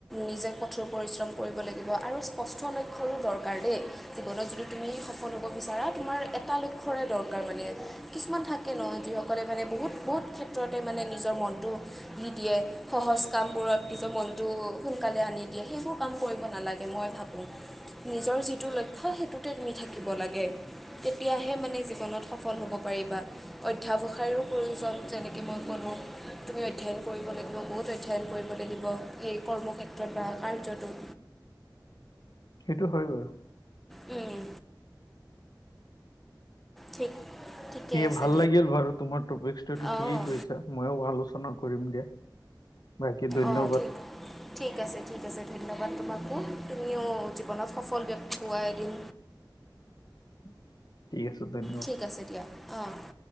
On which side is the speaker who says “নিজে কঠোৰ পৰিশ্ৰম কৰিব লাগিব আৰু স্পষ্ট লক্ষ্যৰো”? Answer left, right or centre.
Centre